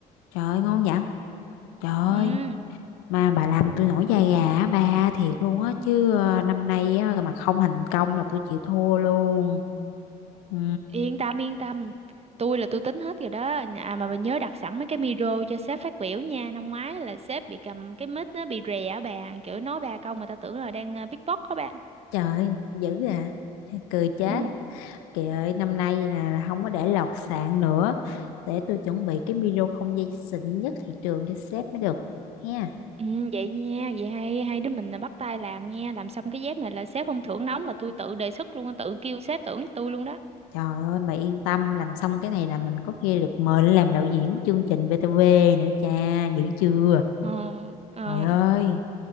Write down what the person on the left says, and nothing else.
Trời ơi, ngon vậy? Trời ơi,
mà bà làm tôi nổi da gà á ba thiệt luôn á chứ ờ, năm nay á mà không thành công là tôi chịu thua luôn ừ
Trời, dữ à. Thôi Cười chết.
Kìa ơi, năm nay là là không có để lọt sàn nữa. Để tôi chuẩn bị cái video không dây xịn nhất thị trường cho sếp mới được. Nha.
trời ơi mà yên tâm làm xong cái này là mình có khi được mời lên làm đạo diễn của chương trình VTV nữa cha dữ chưa
trời ơi